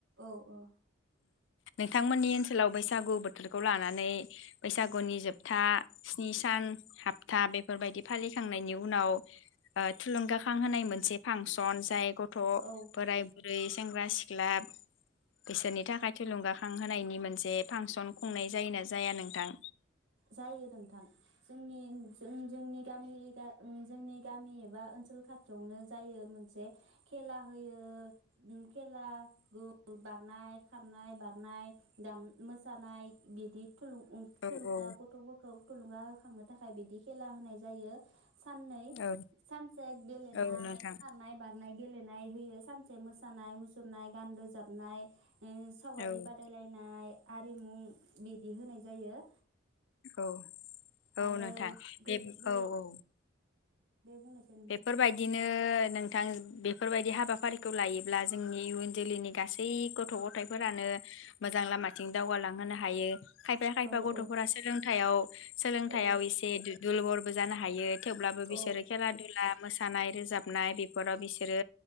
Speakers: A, on the right; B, on the left.
A: औ औ।
B: नोंथांमोननि ओनसोलाव बैसागु बोथोरखौ लानानै बैसागुनि जोबथा स्नि सान हाबथा बेफोरबायदि फालि खांनायनि उनाव ओ थुलुंगाखां होनाय मोनसे फांसन जाय गथ'
A: औ
B: बोराइ बोरै सेंग्रा सिख्ला बिसोरनि थाखाय थुलुंगाखां होनायनि मोनसे फांसन खुंनाय जायोना जाया नोंथां
A: जायो नोंथां जोंनि जों जोंनि गामि गा ओ जोंनि गामि एबा ओनसोल खाथियावनो जायो मोनसे खेला होयो ओ खेला बारनाय खारनाय बारनाय दाम मोसानाय बिदि थुलुं ओ
B: औ
A: थुलुं
B: औ
A: दा गथ'फोरखौ थुलुंगा खांनो थाखाय बिदि खेला होनाय जायो। साननै
B: औ
A: सानसे गेलेनाय
B: औ नोंथां
A: खारनाय बार खननाय गेलेनाय होयो सानसे मोसानाय मुसुरनाय गान रोजाबनाय उम सावगारि
B: औ
A: बादायलायनाय आरिमु बिदि होनाय जायो
B: औ औ
A: आरो
B: नोंथां बे
A: गोज गो
B: औ औ
A: दे बुंनायसै नोंथां
B: बेफोरबायदिनो नों थां बेफोरबायदि हाबाफारिखौ लायोब्ला जोंनि इयुन जोलैनि गासै गथ' गथायफोरानो मोजां लामाथिं दावगालां मानो हायो खायफा खायफा
A: औ
B: गथ'फोरा
A: औ
B: सोलोंथायाव सोलोंथायाव
A: औ
B: एसे दु दोरबल बोजानो हायो थेवब्लाबो बिसोरो
A: औ
B: खेला दुला मोसानाय रोजाबनाय बेफोराव बिसोरो